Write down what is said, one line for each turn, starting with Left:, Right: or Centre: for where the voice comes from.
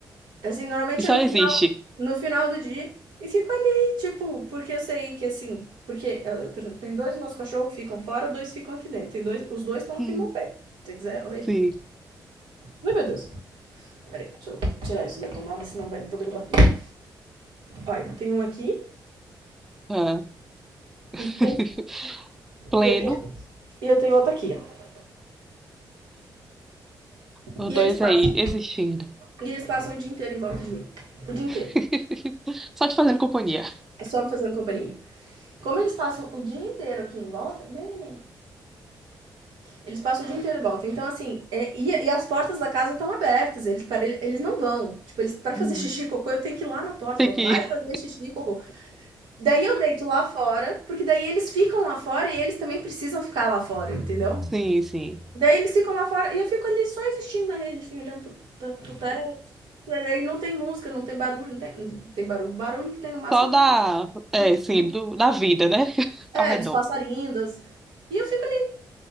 Right: Assim, normalmente
Centre: E só
Right: é no
Centre: existe.
Right: final no final do dia e fico ali, tipo, porque eu sei que assim, porque, eh, por exemplo, tem 2 meus cachorros que ficam fora, 2 ficam aqui dentro. Tem 2 os 2 estão aqui
Centre: Hum.
Right: no meu pé. Se você quiser, olha aqui.
Centre: Sim.
Right: Ai, meu Deus. Espera deixa eu tirar isso da tomada, senão vai vou derrubar tudo. Olha, tem um aqui
Centre: Ah. <laughs>
Right: e tem
Centre: Pleno,
Right: e eu tenho e eu tenho outro aqui, ó.
Centre: os
Right: E
Centre: dois
Right: eles passam
Centre: aí, existindo.
Right: e eles passam o dia inteiro em volta de mim, o dia inteiro,
Centre: <laughs> Só te fazendo companhia.
Right: É só me fazendo companhia. Como eles passam o dia inteiro aqui em volta neném, Eles passam o dia inteiro e voltam. Então, assim, é- e, e as portas da casa estão abertas. Eles, para, eles não vão. Tipo, eles, para fazer
Centre: Hum.
Right: xixi e cocô, eu tenho que ir lá na porta.
Centre: Tem
Right: Falar,
Centre: que.
Right: vai fazer xixi e cocô. Daí eu deito lá fora, porque daí eles ficam lá fora e eles também precisam ficar lá fora, entendeu?
Centre: Sim, sim.
Right: Daí eles ficam lá fora e eu fico ali só existindo na rede, assim, olhando pro, pra- pro teto. Daí não tem música, não tem barulho, não tem, tem barulho. Barulho que tem no máximo
Centre: Só da.
Right: do,
Centre: É, sim,
Right: do-
Centre: do- da vida, né? <laughs>
Right: é,
Centre: Ao redor.
Right: dos passarinhos. das- E eu fico ali